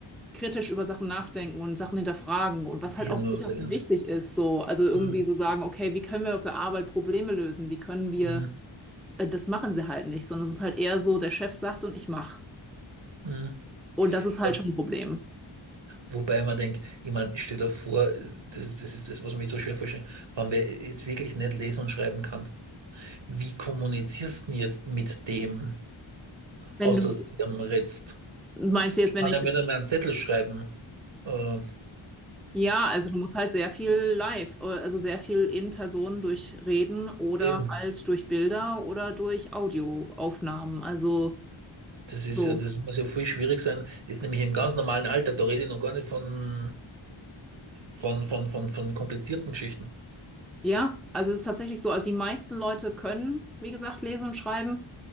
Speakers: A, in the centre; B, on the right (about 60°).
A: kritisch über Sachen nachdenken und Sachen hinterfragen und was
B: sicher
A: halt auch
B: noch
A: durchaus
B: was eigenes.
A: wichtig ist, so, also irgendwie
B: Mhm.
A: so sagen, okay, wie können wir auf der Arbeit Probleme lösen? Wie können wir
B: Mhm.
A: äh, das machen sie halt nicht, sondern es ist halt eher so, der Chef sagt und ich mache.
B: Mhm.
A: Und das ist halt
B: Ja.
A: schon ein Problem.
B: Wobei man denkt, ich meine, stell dir vor, das, das ist das, was mich so schwer vorstellt, wenn wer jetzt wirklich nicht lesen und schreiben kann. Wie kommunizierst du denn jetzt mit dem,
A: Wenn
B: außer
A: du,
B: dass du mit dem redst?
A: meinst du jetzt,
B: Ich
A: wenn
B: kann
A: ich,
B: ja mit einem einen Zettel schreiben. Äh,
A: ja, also du musst halt sehr viel live, äh, also sehr viel in Person durch Reden oder
B: eben,
A: halt durch Bilder oder durch Audioaufnahmen. Also
B: das ist
A: so.
B: ja, das muss ja viel schwierig sein. Jetzt nämlich im ganz normalen Alter, da rede ich noch gar nicht von, von, von, von, von komplizierten Geschichten.
A: Ja, also es ist tatsächlich so, also die meisten Leute können, wie gesagt, lesen und schreiben,